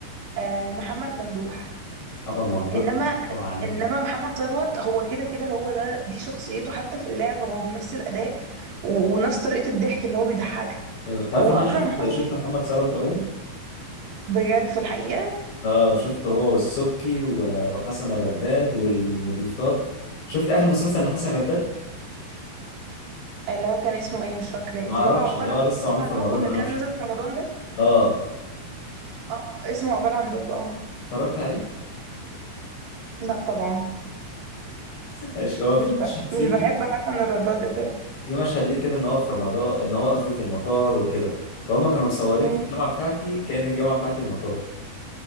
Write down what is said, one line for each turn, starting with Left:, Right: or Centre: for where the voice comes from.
Right: آه، محمد ممدوح
Left: محمد ممدوح
Right: انما
Left: أداؤه عالمي
Right: انما محمد ثروت هو كده كده هو ده دي شخصيته حتى في اللعبة هو بنفس الاداء و- ونفس طريقة الضحك اللي هو بيضحكها
Left: طيب، انت عارف
Right: واكرم
Left: ان انا شفت
Right: حسني
Left: شفت محمد ثروت قريب
Right: بجد في الحقيقة
Left: اه شفته هو والسبكي و- وحسن الرداد والمضيفات شفت اخر مسلسل لحسن الرداد
Right: اللي هو كان اسمه ايه مش فاكراه
Left: ما اعرفش
Right: اللي هو عقبال
Left: ده هو لسه معمول
Right: عندكم
Left: في رمضان
Right: اللي
Left: ده انا
Right: كان
Left: ما شفته
Right: نزل في رمضان ده
Left: اه
Right: اه اسمه عقبال عندكم اه
Left: اتفرجت عليه
Right: لا طبعا
Left: ماشي هو في
Right: مش
Left: مشهد
Right: ب...
Left: فيه
Right: مش بحب
Left: كده
Right: حسن الرداد اساسا
Left: في مشهد ليه كده ان هو في رمضان ان هو قصدي في المطار وكده فهم كانوا مصورين
Right: مم.
Left: في الجامعه بتاعتي كأن الجامعه بتاعتي المطار